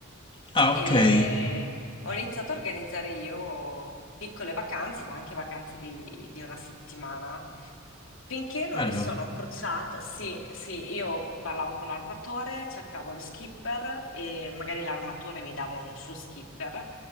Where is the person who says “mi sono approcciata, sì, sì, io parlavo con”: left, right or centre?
Left